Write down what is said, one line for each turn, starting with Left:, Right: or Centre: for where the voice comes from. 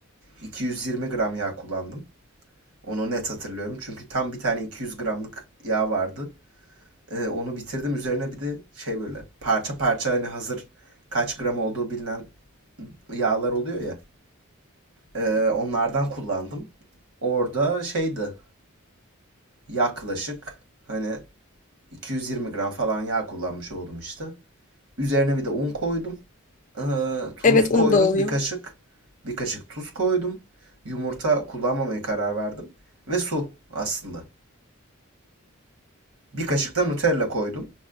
Right: 220 gram yağ kullandım. Onu net hatırlıyorum. Çünkü tam bir tane 200 gramlık yağ vardı. Ee, onu bitirdim. Üzerine bir de şey böyle parça parça hani hazır kaç gram olduğu bilinen yağlar oluyor ya. Ee, onlardan kullandım. Orada şeydi yaklaşık hani 220 gram falan yağ kullanmış oldum işte. Üzerine bir de un koydum. Ee, tuz
Left: Evet onu
Right: koydum
Left: da oluyor.
Right: bir kaşık. Bir kaşık tuz koydum. Yumurta kullanmamaya karar verdim. Ve su aslında. Bir kaşık da Nutella koydum.